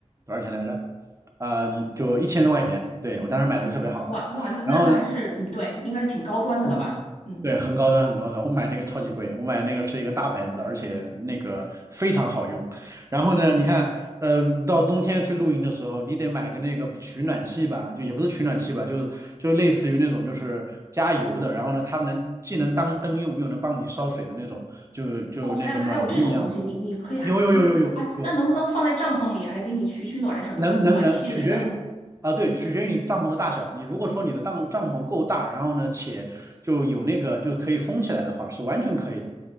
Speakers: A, on the right; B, on the left.
A: 多少钱来着？啊、就一千多块钱，对我当时买了个特别好的，
B: 你哇哇，那那那还是嗯，
A: 然后呢。
B: 对，应该是挺高端的了吧？
A: 嗯，
B: 嗯。
A: 对，很高端，很高端。我买那个超级贵，我买那个是一个大牌子的，而且那个非常好用。然后呢，你看，呃，到冬天去露营的时候，你得买个那个取暖器吧，就也不是取暖器吧，就是就类似于那种就是加油的，然后呢，它能既能当灯用，又能帮你烧水的那种，就就那个暖炉一样的。
B: 哦，还有还有这种东西，你你可以还嗯，
A: 有有有有有有，
B: 哎，那能不能放在帐篷里，还给你取取暖什么，
A: 能能能，
B: 像个暖气似的，
A: 取决于啊，对，取决于你帐篷的大小。你如果说你的帐帐篷够大，然后呢，且就有那个就是可以封起来的话，是完全可以的，